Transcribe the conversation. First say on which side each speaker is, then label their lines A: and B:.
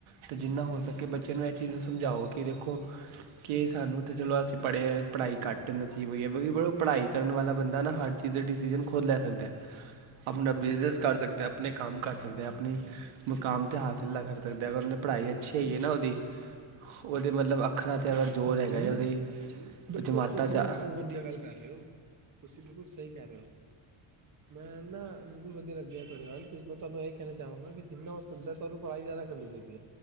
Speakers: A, on the right (about 80°); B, on the right (about 40°).
A: ਅਤੇ ਜਿੰਨਾ ਹੋ ਸਕੇ ਬੱਚਿਆਂ ਨੂੰ ਇਹ ਚੀਜ਼ ਸਮਝਾਓ, ਕਿ ਦੇਖੋ ਕੀ ਸਾਨੂੰ ਤਾਂ ਚਲੋ ਅਸੀਂ ਪੜ੍ਹੇ ਹੈ। ਪੜ੍ਹਾਈ ਘੱਟ ਨਸੀਬ ਹੋਈ ਹੈ, ਬਿਲਕੁਲ ਬ ਪੜ੍ਹਾਈ ਕਰਨ ਵਾਲਾ ਬੰਦਾ ਨਾ ਹਰ ਚੀਜ਼ ਦੇ ਡਿਸੀਜ਼ਨ ਖੋ ਖੁਦ ਲੈ ਸਕਦਾ। ਆਪਣਾ ਬਿਜ਼ਨੇਸ ਕਰ ਸਕਦਾ, ਆਪਣੇ ਕੰਮ ਕਰ ਸਕਦਾ, ਆਪਣੀ ਮੁਕਾਮ ਤੇ ਹਾਸਿਲ ਕਰ ਸਕਦਾ। ਅਗਰ ਉਹਨ ਪੜ੍ਹਾਈ ਅੱਛੀ ਆਈ ਨਾ ਉਹਦੀ। ਉਹਦੇ ਮਤਲਬ ਅੱਖਣਾ ਤੇ ਅਗਰ ਜ਼ੋਰ
B: ਹਾਂਜੀ
A: ਹੈਗਾ ਉਹਦੇ
B: ਦੇਖੋ
A: ਜਮਾਤਾਂ
B: ਤੁਸੀਂ
A: 'ਚ
B: ਨਾ ਬਹੁਤ ਵਧੀਆ ਗੱਲ ਕਰ ਰਹੇ ਹੋ। ਤੁਸੀਂ ਬਿਲਕੁਲ ਸਹੀ ਕਹਿ ਰਹੇ ਹੋ। ਮੈਂ ਨਾ ਬਿਲਕੁਲ ਵਧੀਆ ਲੱਗਿਆ ਤੁਹਾਡੇ ਨਾਲ ਤੁਸੀਂ ਮੈਂ ਤੁਹਾਨੂੰ ਇਹ ਕਹਿਣਾ ਚਾਹਵਾਂਗਾ ਕਿ ਜਿੰਨਾ ਸਦ ਤੁਹਾਨੂੰ ਪੜ੍ਹਾਈ ਜ਼ਿਆਦਾ ਕਰਨੀ ਚਾਹੀਦੀ ਏ।